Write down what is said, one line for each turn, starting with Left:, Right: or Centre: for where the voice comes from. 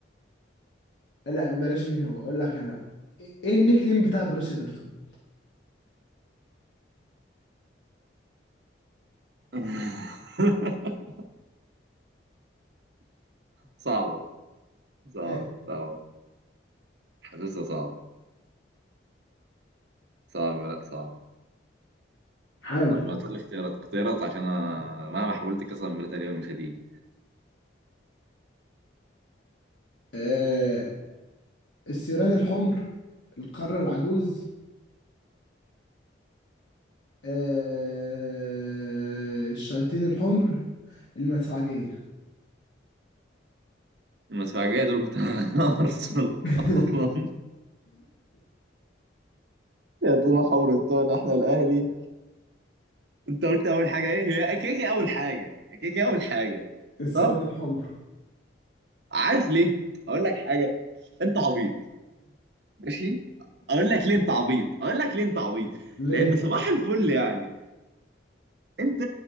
Left: لا بلاش مين هو اقول لك انا ايه إيه النيك نيم بتاع بروسيا دورتموند
Right: <laughs> صعبه صعبه
Left: ها
Right: صعبه حاسسها صعبه صعبه لا صعبه
Left: حاول
Right: طب ما تقول لي اختيارات اختيارات عشان انا مهما حاولت قسما بالله تقريبا مش هتيجي
Left: آه... السيران الحمر القارة العجوز آه، الشياطين الحمر المدفعجية
Right: المدفعجيه دول بتاع <laughs> ارسنال
Left: <laughs>
Right: اصلا يا طول حور التونة احنا الاهلي انت قلت اول حاجه ايه هي كده كده اول حاجه هي كده كده اول حاجه
Left: السران
Right: صح
Left: الحمر
Right: عارف ليه اقول لك حاجه انت عبيط ماشي اقول لك ليه انت عبيط اقول لك ليه انت عبيط
Left: ليه؟
Right: لان صباح الفل يعني انت